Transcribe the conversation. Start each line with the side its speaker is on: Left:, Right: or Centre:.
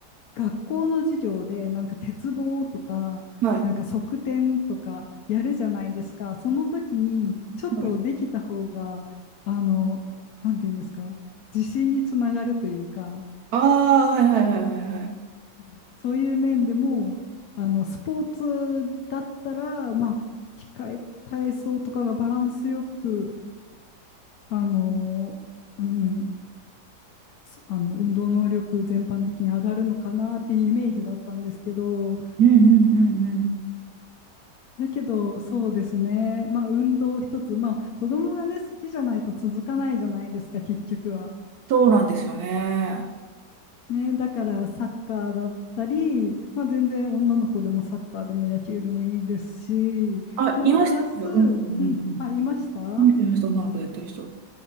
Left: 学校の授業で、なんか鉄棒とか、
Right: はい。
Left: なんか側転とかやるじゃないですか。その時に、ちょっとできた方が、
Right: はい。
Left: あの、なんていうんですか、自信につながるというか、
Right: ああ、はいはいはいはいはい。
Left: うんそういう面でも、あの、スポーツだったら、まあ、機械体操とかがバランスよく、あの、うん、あの運動能力全般的に上がるのかなっていうイメージだったんですけど、
Right: うんうんうんうん。
Left: だけどそうですね、まあ、運動一つ、まあ、子供がね、好きじゃないと続かないじゃないですか、結局は。
Right: そうなんですよね。
Left: ね、だからサッカーだったり、まあ、全然女の子でもサッカーでも野球でもいいですし、
Right: あ、
Left: まあ、
Right: いましたよ。
Left: プラス、うん、
Right: うんうんうんうん。
Left: あ、いました
Right: 見てました、女の子でやってる人。